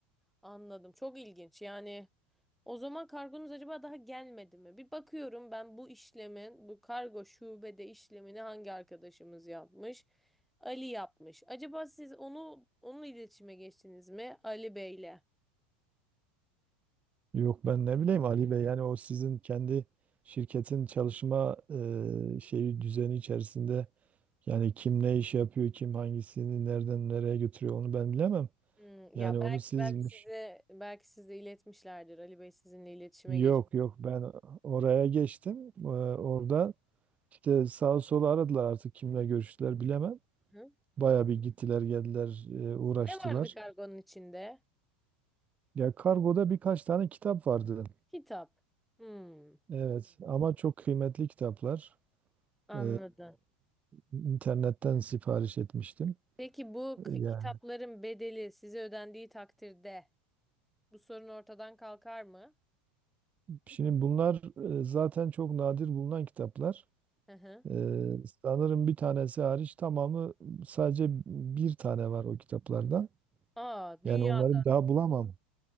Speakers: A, in the centre; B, on the right.
A: Anladım. Çok ilginç. Yani o zaman kargonuz acaba daha gelmedi mi? Bir bakıyorum ben bu işlemin bu kargo şubede işlemini hangi arkadaşımız yapmış? Ali yapmış. Acaba siz onu onunla iletişime geçtiniz mi Ali Bey'le?
B: Yok ben ne bileyim Ali Bey yani o sizin kendi şirketin çalışma e, şeyi düzeni içerisinde Yani kim ne iş yapıyor, kim hangisini nereden nereye götürüyor onu ben bilemem.
A: Hmm,
B: Yani
A: ya
B: onu
A: belki
B: sizmiş.
A: belki size belki size iletmişlerdir. Ali Bey sizinle iletişime
B: Yok
A: geçti.
B: yok ben oraya geçtim. Ee, orada işte sağa sola aradılar artık kimle görüştüler bilemem.
A: Hı?
B: Baya bir gittiler geldiler e, uğraştılar.
A: Ne vardı kargonun içinde?
B: Ya kargoda birkaç tane kitap vardı.
A: Kitap. Hmm,
B: Evet ama çok kıymetli kitaplar.
A: anladım.
B: Ee, internetten sipariş etmiştim.
A: Peki bu k-
B: Yani
A: kitapların bedeli size ödendiği takdirde bu sorun ortadan kalkar mı?
B: şimdi bunlar e, zaten çok nadir bulunan kitaplar.
A: Hı hı.
B: Ee, sanırım bir tanesi hariç tamamı sadece bir tane var o kitaplardan.
A: Aa,
B: Yani
A: dünyada
B: onları bir daha bulamam.